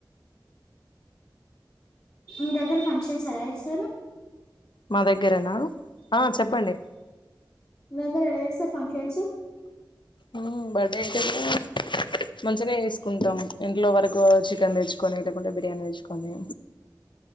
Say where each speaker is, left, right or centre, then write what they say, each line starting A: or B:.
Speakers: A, on the left; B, on the left.
A: మీ దగ్గర ఫంక్షన్స్ ఎలా జెస్తారు
B: మా దగ్గరనా ఆ చెప్పండి
A: మీగ్గర ఎలా చేసార్ ఫంక్షన్స్
B: ఉమ్ బర్డే అయితే నే మంచినే ఏసుకుంటాం ఇంట్లో వరకు చికెన్ తెచ్చుకొని లేకుంటే బిర్యానీ తెచ్చుకొని